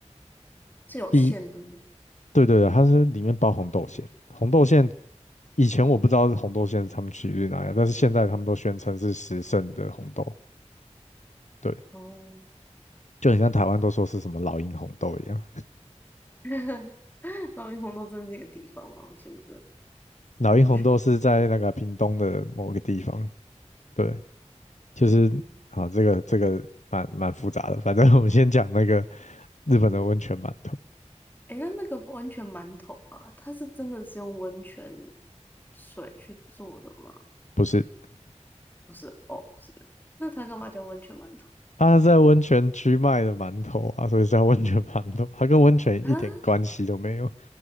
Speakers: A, on the left (about 15°); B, on the left (about 80°).
A: 是有馅的那种，
B: 第一，对对对，它是里面包红豆馅，红豆馅以前我不知道是红豆馅是他们取自于哪样，但是现在他们都宣称是时盛的红豆，对，
A: 哦，
B: 就很像台湾都说是什么老鹰红豆一样。
A: <laughs> 老鹰红豆真的是一个地方吗？我记不得，
B: 老鹰红豆是在那个屏东的某个地方，
A: 嗯
B: 对，就是好，
A: 嗯。
B: 这个这个蛮蛮复杂的，反正我们先讲那个日本的温泉馒头，
A: 诶，那那个温泉馒头啊，它是真的是用温泉水去做的吗？
B: 不是。
A: 不是，哦，不是，那它干嘛叫温泉馒头
B: 他是在温泉区卖的馒头啊，所以是叫温泉馒头，它跟温泉一点关系都没有。
A: 啊？